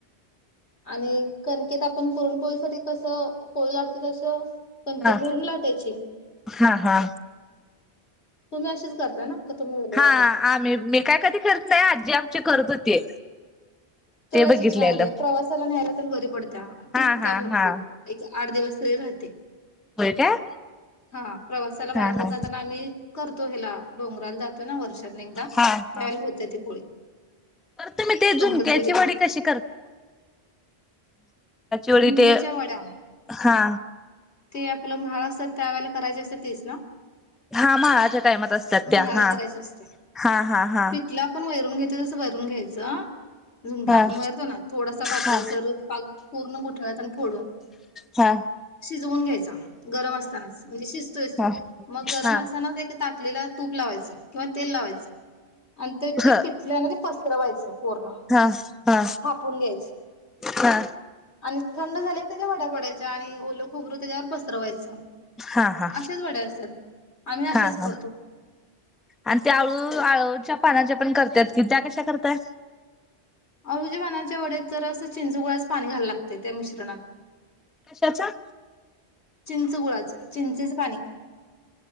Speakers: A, on the left (about 85°); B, in the centre.
A: आणि क. आपण पुरणपोळीसाठी कसं पोळी लाटतो तसं. पंकेत
B: हा
A: भरून लाटायची.
B: हा हा
A: तुम्ही अशीच करताय ना का तुम्ही वेगळं
B: हा
A: काय करता?
B: आम्ही मी काय कधी करत नाही आजी आमची करत होती.
A: करायची
B: ते बघितलेलं
A: <inaudible> प्रवासाला न्यायला पण बरी पडते टिकत्या
B: हा हा
A: भरपूर
B: हा
A: एक. आठ दिवस तरी रहाते.
B: होय काय.
A: हा हा प्रवासाला
B: हा
A: बाहेर
B: हा
A: जाताना आम्ही करतो. करतो हेला डोंगराला जातो ना वर्ष. <inaudible>
B: हा हा
A: होते ती पोळी.
B: तर तुम्ही ते झुणक्याची
A: कंपल्सरी.
B: वडी कशी. वडी
A: झुणक्याच्या
B: ते
A: वड्या
B: हा
A: ते आपलं महाराष्ट्रात त्यावेला. करायचे असं तेच ना.
B: हा म्हाळाच्या टायमात असतात
A: म्हाळाला
B: त्या हा
A: करायची असते.
B: हा हा हा.
A: पिठलं आपण वैरून तसं भरून घ्यायचं. झुमका
B: हा
A: आपण वरतो ना थोडासा पातळसर
B: हा
A: पाग. पूर्ण गोठळ्यातून फोडून
B: हा
A: शिजवून घ्यायचा गरम असतानाच म्हणजे शिजतोयतो
B: हा हा
A: मग गरम
B: हा
A: असतानाच एक ताकलेला तूप लावायचं. किंवा तेल लावायचं. आणि ते ते
B: ह
A: पिथल्या आणि पसरवायचं. पूर्ण
B: हा हा
A: थापून घ्यायचं.
B: हा.
A: आणि थंड झाली. डा पडायचा आणि ओल खोबरू त्याच्यावर पसरवायचं.
B: हा हा
A: अशाच वड्या असतात आम्ही अशाच
B: हा हा
A: करतो.
B: आणि त्या आळू आळूच्या पानाच्या. पण करतायत की त्या कशा करतय.
A: अळूच्या पानाच्या वड्याच तर असं चिंचू गोळ्याच पाणी घायला लागते त्या मिश्रणात.
B: कशाचा.
A: चिंच गुळाचं चिंचेच पाणी.